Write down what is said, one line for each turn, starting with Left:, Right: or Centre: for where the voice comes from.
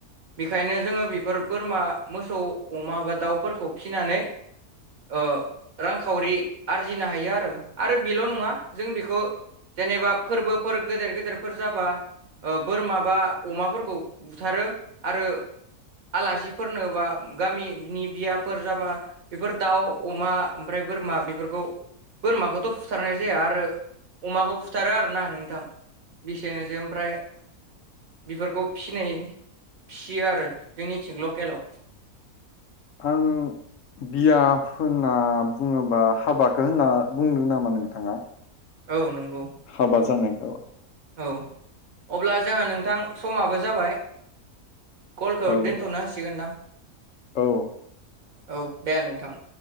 Right: बेखायनो जोङो बेफोर बोरमा मोसौ अमा बा दाउफोरखौ फिनानै ओ रांखावरि आरजिनो हायो आरो आरो बेल' नङा जों बेखौ जेनेबा फोरबोफोर गेदेर गेदेरफोर जाबा ओ बोरमा बा अमाफोरखौ बुथारो आरो आलासिफोरनो बा गामिनि बियाफोर जाबा बेफोर दाउ अमा ओमफ्राय बोरमा बेफोरखौ बोरमाखौथ' फुथारनाय जाया आरो अमाखौ फुथारो आरोना नोंथां बेसेनोसै ओमफ्राय बेफोरखौ फिनाय फियो आरो जोंनिथिं लकेलाव
Left: आं बिया होनना बुङोबा हाबाखौ होनना बुंदों नामा नोंथाङा
Right: औ नों
Left: हाबा जानाय
Right: औ अब्ला जोंहा नोंथां समाबो जाबाय कलखौ
Left: औ
Right: दोनथ'नो हासिगोनदां
Left: औ
Right: औ दे नोंथां